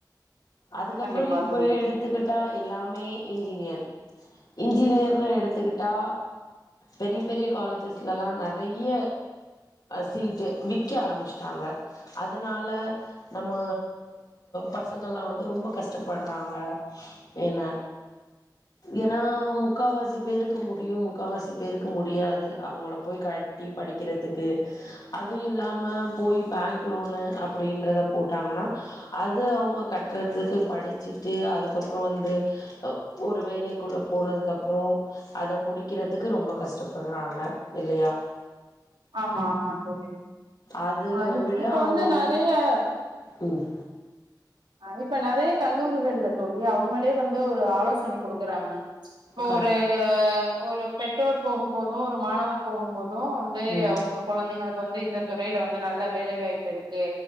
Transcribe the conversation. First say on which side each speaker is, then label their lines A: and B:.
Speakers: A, on the left; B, on the right.
A: அதுக்கப்புறம்
B: கண்டிப்பா
A: இப்போ
B: தோழி
A: எடுத்துக்கிட்டால் எல்லாமே இன்சினியர் இன்சினியர் னை எடுத்துக்கிட்டா பெரிய பெரிய காலேஜஸ்லலாம் நிறைய சீட்டு விற்க ஆரம்பிச்சிட்டாங்க அதனால நம்ம பசங்கள்லாம் வந்து ரொம்ப கஷ்டப்படுறாங்க என்ன ஏன்னா முக்கால்வாசி பேருக்கு முடியும் முக்கால்வாசி பேருக்கு முடியாது அவங்கள போய் கட்டி படிக்கிறதுக்கு அதுவும் இல்லாமல் போய் பேங்க் லோனு அ அப்படின்றத போட்டாங்கன்னா அது அவங்க கட்டுறதுக்கு படிச்சிட்டு அதுக்கப்புறம் வந்து ஒரு வேலைக்குள்ளே போனதுக்கப்புறம் அப்புறம் அதை முடிக்கிறதுக்கு ரொம்ப கஷ்டப்படுறாங்க இல்லையா
B: ஆமா ஆமா தோழி
A: அது
B: ஆஹ்
A: விட
B: இப்ப
A: அவங்க
B: வந்து
A: வந்
B: நிறையஹ்
A: ம்
B: இப்ப நிறைய கல்லூரிகள்ல சொல்லி அவங்களே வந்து ஒரு ஆலோசனை கொடுக்குறாங்க இப்போ
A: க
B: ஒரு ஒரு பெற்றோர் போகும் போதும் ஒரு மாணவர் போகும் போதும்
A: ம்
B: அவங்க குழந்தைங்களுக்கு வந்து இந்த துறையில வந்து நல்ல வேலைவாய்ப்பு இருக்கு